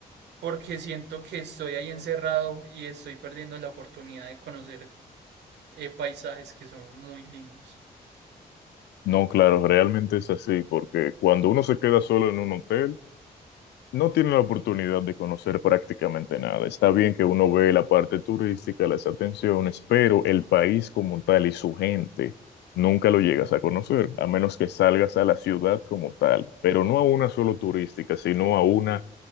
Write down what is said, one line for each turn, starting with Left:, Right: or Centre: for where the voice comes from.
Right: porque siento que estoy ahí encerrado y estoy perdiendo la oportunidad de conocer eh, paisajes que son muy lindos.
Left: No, claro, realmente es así, porque cuando uno se queda solo en un hotel, no tiene la oportunidad de conocer prácticamente nada. Está bien que uno ve la parte turística, las atenciones, pero el país como tal y su gente nunca lo llegas a conocer, a menos que salgas a la ciudad como tal, pero no a una solo turística, sino a una